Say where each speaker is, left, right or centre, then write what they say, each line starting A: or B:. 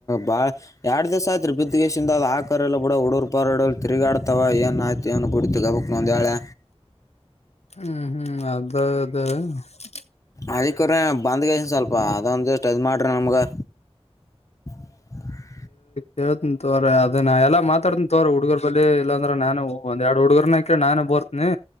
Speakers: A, on the left; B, on the left.
A: ಬಾಳ್ ಎರಡ್ ದಿವ್ ಆಯತ್ರಿ ಬಿದ್ದ್ಗೇಶ ಇಂದ. ಕುಕ್ಕರೆಲ್ಲೂಡುಡರು ಪಡವರು ತಿರುಗಾಡ್ತವ ಏನಾಯ್ತು ಏನು ಬಿಡ್ತಗ ಬುಕ್ನ ಒಂದು ಹೇಳೇಳೆ.
B: ಹ್ಮ್ ಹ್ಮ್ ಅದ ಅದ <unintelligible>
A: ಅಳಿಕೋರ್ರ ಬಂದಗ ಸ್ವಲ್ಪ ಅದೊಂದು ಜಷ್ಟಟ್ ಅದು ಮಾಡ್ರೆ ನಮ್ಗೆ. <inaudible>
B: ಕೇಳ್ತನ್ ತೋರ ಅದೇ ನಾ ಎಲ್ಲ ಮಾತಡ್ತನ್ ತೋರ ಹುಡ್ಗರ್ ಬಳಿ ಇಲ್ಲಾಂದ್ರ ನಾನು ಒಂದ್ ಎರಡು ಹುಡ್ಗರ್. ನಾನು ಬರ್ತನಿ.